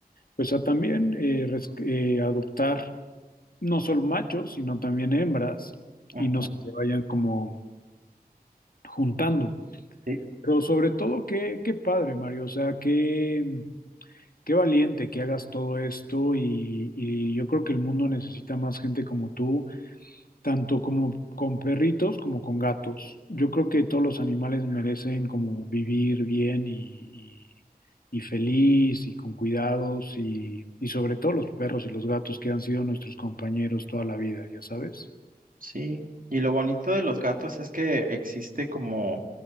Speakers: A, on the left; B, on the right.
A: pues a también eh, res- eh, adoptar no solo machos, sino también hembras
B: ujú.
A: y no se te vayan como juntando.
B: Sí,
A: Pero sobre todo, qué, qué padre, Mario, o sea, qué, qué valiente que hagas todo esto y, y yo creo que el mundo necesita más gente como tú tanto como con perritos como con gatos. Yo creo que todos los animales merecen como vivir bien y, y- y feliz y con cuidados y, y sobre todo los perros y los gatos que han sido nuestros compañeros toda la vida, ya sabes.
B: Sí, y lo bonito de los gatos es que existe como,